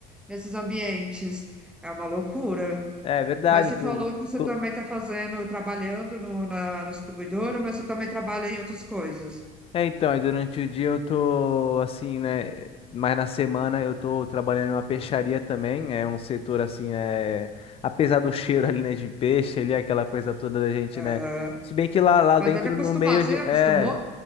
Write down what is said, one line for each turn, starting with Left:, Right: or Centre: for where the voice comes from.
Centre: nesses ambientes. É uma loucura.
Left: É verdade.
Centre: Mas você
Left: inclu-
Centre: falou que você
Left: inclu-
Centre: também está fazendo, trabalhando no- na, na distribuidora, mas você também trabalha em outras coisas.
Left: É, então, aí durante o dia eu tô assim, né? Mas na semana eu tô trabalhando em uma peixaria também. É um setor assim, é, apesar do cheiro ali, né, de peixe, ali, aquela coisa toda da gente,
Centre: Aham.
Left: né? Se bem que lá, lá
Centre: Mas
Left: dentro
Centre: deve acostumar.
Left: no meio a
Centre: Você
Left: gen-
Centre: acostumou?
Left: é.